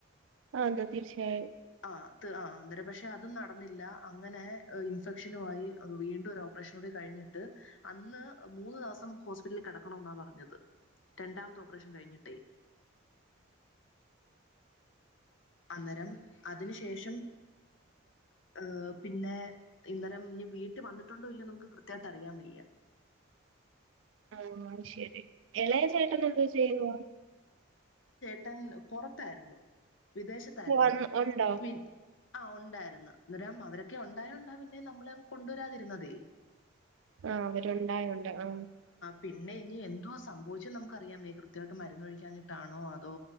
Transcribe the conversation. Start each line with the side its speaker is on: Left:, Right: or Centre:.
Right: ആതാ തീർച്ചയായും
Left: ആ ആ അന്നേരം പക്ഷെ അതും നടന്നില്ല അങ്ങനെ ഇൻഫെക്ഷനുവായി വീണ്ടും ഒരു ഓപ്പറേഷനും കൂടി കഴിഞ്ഞിട്ട് അന്ന് മൂന്ന് ദിവസം ഹോസ്പിറ്റലിൽ കിടക്കണോന്ന പറഞ്ഞത് രണ്ടാമത്തെ ഓപ്പറേഷൻ കഴിഞ്ഞി അന്നേരം അതിനു ശേഷം ഏഹ് പിന്നെ ഇന്നേരം ഇനി വീട്ട് വന്നിട്ടുണ്ടോ ഇല്ലയോ നമുക്ക് കൃത്യയിട്ട് അറിയാൻ വയ്യ
Right: ഇന്ന ശരി എളേ ചേട്ട ട്ടൻ എന്തോ ചെയ്യുവാ
Left: ട്ടൻ പുറത്തായിരുന്നു വിദേശത്തായിരുന്നു
Right: വന്ന് ഉണ്ടോ?
Left: ഉം ആ ഉണ്ടായിരുന്നു അന്നരം അവരൊക്കെ ഉണ്ടായ ഉണ്ട പിന്നെ നമ്മള് കൊണ്ടുവരാതിരുന്നത്
Right: ആ അവരുണ്ടായുണ്ട് ആ
Left: പിന്നെ ഇനി എന്തോ സംഭവിച്ചു നമ്മ ക്ക അറിയാമേ കൃത്യമായിട്ട് മരുന്നൊഴിക്കാഞ്ഞിട്ടാണോ അതോ